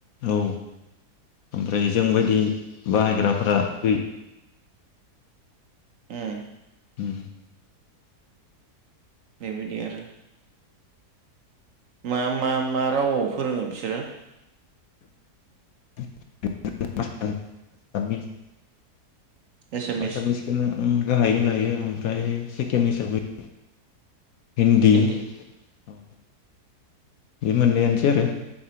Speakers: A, on the left (about 65°); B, on the right (about 60°).
A: औ ओमफ्राय जोंबायदि बाहायग्राफोरा थै।
B: उम
A: उम
B: बेबायदि आरो मा मा मा रावआव फोरोङो बिसोरो?
A: <unintelligible> आसामिस।
B: एसामिस
A: आसामिसखौनो उम गाहायै लायो आरो उम। ओमफ्राय सेकेेन हिसाबै हिन्दि
B: हिन्दी
A: औ बे मोन्नैयानोसै आरो।